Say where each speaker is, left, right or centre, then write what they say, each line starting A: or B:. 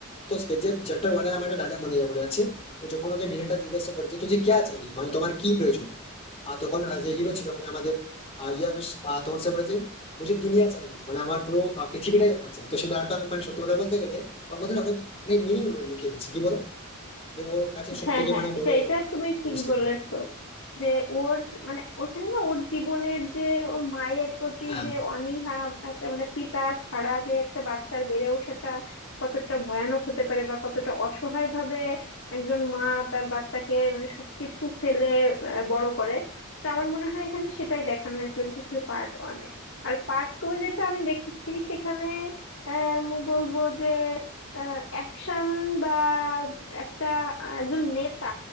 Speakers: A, on the left (about 30°); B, on the left (about 65°).
A: তো কেজিএফ চ্যাপ্টার ওয়ানে আমার একটা ডায়লগ মনে পড়ে যাচ্ছে যে যখন ওকে ভিলেনটা জিজ্ঞাসা করে যে তুই যে ক্যা চাই মানে তোমার কি প্রয়োজন আর তখন আহ, যে হিরো ছিল মানে আমাদের আহ, ইয়াশ আহ, তখন সে বলে যে মুঝে দুনিয়া চাই মানে আমার পুরো আহ, পৃথিবীটাই আমার চাই তো সেটা একটা মানে সত্যি কথা বলতে গেলে ওর মধ্যে না অনেক অনেক মিনিং লুকিয়ে গেছে কি বলো যে ওর কাছে সব
B: হ্যাঁ
A: থেকে
B: হ্যাঁ
A: মানে
B: এটা
A: বড়
B: এটা তুমি
A: জিনিসটা
B: ঠিক বলেছো
A: কি?
B: যে ওর মানে ওখানে না ওর জীবনের যে ওর মায়ের প্রতি
A: হ্যাঁ
B: যে অনীহা একটা মানে পিতা ছাড়া যে একটা বাচ্চার বেড়ে ওঠাটা কতটা ভয়ানক হতে পারে বা কতটা অসহায় ভাবে একজন মা তার বাচ্চাকে মানে সবকিছু ফেলে আহ, বড় করে তো আমার মনে হয় এখানে সেটাই দেখানো হয়েছিল বিশেষ করে পার্ট ওয়ানে আর পার্ট টু যেটা আমি দেখেছি সেখানে আহ, মু- বলবো যে অ্যাকশন বা একটা আহ, একজন নেতা